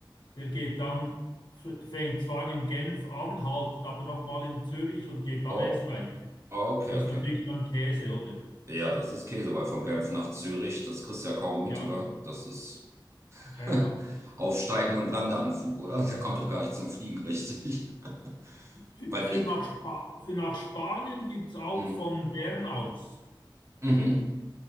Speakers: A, on the left; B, on the right.
A: der geht dann, f- fängt zwar in Genf an, haltet aber nochmal in Zürich und geht dann
B: Oh,
A: erst weiter.
B: okay,
A: Das ist
B: okay.
A: natürlich dann Käse, oder?
B: Ja, das ist Käse, weil von Genf nach Zürich, das kriegst du ja kaum
A: Ja,
B: mit, oder? Das ist.
A: ja,
B: <laughs>
A: ja.
B: Aufsteigen und Landeanflug, oder? Der kommt
A: Äh,
B: doch gar nicht zum Fliegen richtig. <laughs>
A: Für,
B: Weil
A: für
B: ich,
A: nach Spa für nach Spanien gibt es auch
B: mh,
A: von Bern aus.
B: mhm.